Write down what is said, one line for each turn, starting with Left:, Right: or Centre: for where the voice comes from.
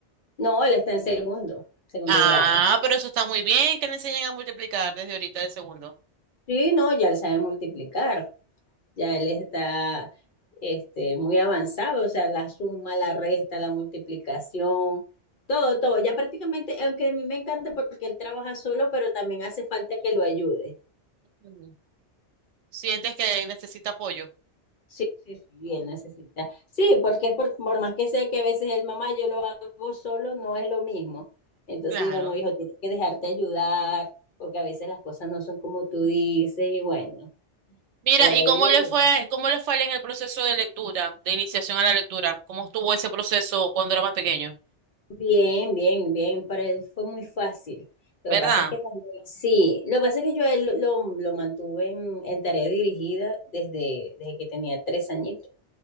Left: No, él está en segundo, segundo
Right: Ah,
Left: grado.
Right: pero eso está muy bien, que le enseñen a multiplicar desde ahorita de segundo.
Left: Sí, no, ya él sabe multiplicar. ya él está este, muy avanzado, o sea, la suma, la resta, la multiplicación, todo, todo. Ya prácticamente, aunque a mí me encanta porque él trabaja solo, pero también hace falta que lo ayude.
Right: Mm. ¿Sientes que necesita apoyo?
Left: Sí, sí, sí, sí, él necesita. Sí, porque es por, por más que sea que a veces el mamá yo lo hago solo, no es lo mismo. Entonces
Right: Claro.
Left: digo, no, hijo, tienes que dejarte ayudar, porque a veces las cosas no son como tú dices, y bueno,
Right: Mira,
Left: por
Right: ¿y
Left: ahí
Right: cómo
Left: lo
Right: le
Left: llevo.
Right: fue, cómo le fue a él en el proceso de lectura, de iniciación a la lectura? ¿Cómo estuvo ese proceso cuando era más pequeño?
Left: Bien, bien, bien. Para él fue muy fácil. Lo
Right: ¿Verdad?
Left: que pasa es que también, sí, lo que pasa es que yo a él lo, lo mantuve en, en tarea dirigida desde, desde que tenía tres años.